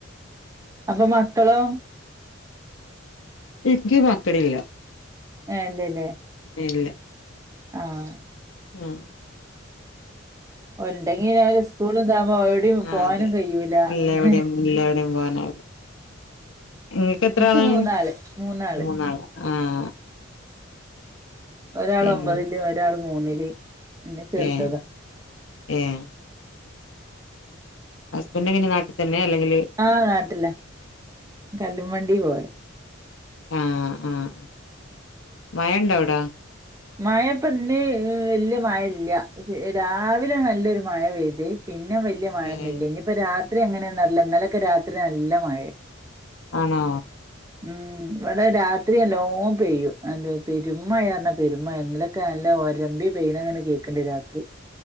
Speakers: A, on the right; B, on the left.
A: അപ്പൊ മക്കളോ
B: ന്ക്ക് മക്കളില്ല
A: ഏഹ് ഇല്ലല്ലേ
B: ഇല്ല
A: ആഹ്
B: ഉം
A: ഓലിണ്ടങ്കി അവര് സ്കൂളന്താവുമ്പോ എവ്ടിം
B: ആഹ്
A: പോവാനും
B: അതെ
A: കഴിയൂല
B: ഇല്ല
A: അങ്ങനെ
B: എവിടെയും ഇല്ല എവ്ടിം പോവാനാവൂല ഇങ്ങക്ക് എത്ര
A: എനിക്ക്
B: ആളാണ്
A: മൂന്നാള് മൂന്നാള്
B: മൂന്നാൾ ആഹ്
A: ഒരാൾ
B: പിന്നെ
A: ഒമ്പതില് ഒരാള് മൂന്നില് പിന്നെ ചെറുതതാ
B: ഏഹ് ഏഹ് ഹസ്ബന്റങ്ങനെ നാട്ടിതന്നെ അല്ലെങ്കിൽ
A: ആഹ് നാട്ടില കല്ലുംവണ്ടി പോവല
B: ആഹ് ആഹ് മഴണ്ടോ അവ്ടാ
A: മഴപ്പ ഇന്ന് വല്യ മഴ ഇല്ല പക്ഷെ രാവിലെ നല്ലൊരു മഴ പെയ്തി പിന്നെ വല്യ മഴയൊന്നുല്ല
B: ഏഹ്
A: ഇനിയിപ്പോ രാത്രി എങ്ങനെയന്നറില്ല ഇന്നലൊക്കെ രാത്രി നല്ല മഴ
B: ആണോ
A: ഉം ഇവിടെ രാത്രി നല്ലോണം പെയ്യും ആണ്ട് പെരുംമഴയാണ് പെരുംമയ ഇന്നലക്കെ നല്ല ഒരമ്പി പെയ്യന അങ്ങനെ കേക്കണ്ട് രാത്രി